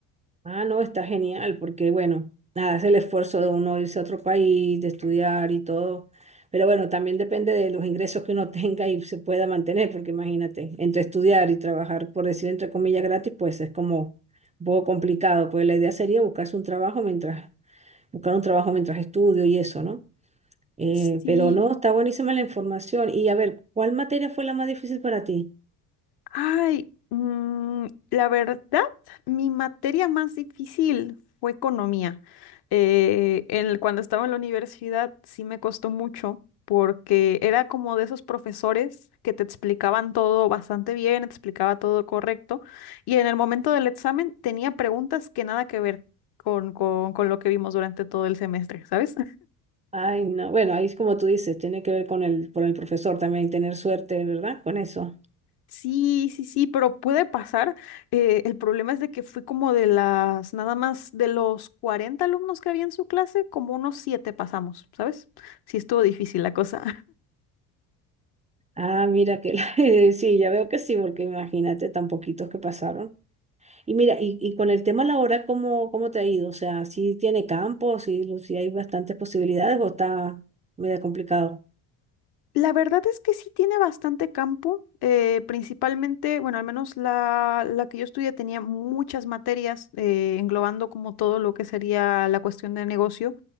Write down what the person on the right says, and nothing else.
Ah, no, está genial, porque bueno, nada, es el esfuerzo de uno irse a otro país, de estudiar y todo. Pero bueno, también depende de los ingresos que uno <laughs> tenga y se pueda mantener, porque imagínate, entre estudiar y trabajar, por decir entre comillas gratis, pues es como un poco complicado. Pues la idea sería buscarse un trabajo mientras, buscar un trabajo mientras estudio y eso, ¿no? Eh,
pero no, está buenísima la información. Y a ver, ¿cuál materia fue la más difícil para ti?
Ay, no, bueno, ahí es como tú dices, tiene que ver con el, con el profesor también, tener suerte, ¿verdad? Con eso.
Ah, mira que la- <laughs> sí, ya veo que sí, porque imagínate tan poquitos que pasaron. Y mira, y, y con el tema laboral, ¿cómo, cómo te ha ido? O sea, ¿sí tiene campo, sí, lo- sí hay bastantes posibilidades o está medio complicado?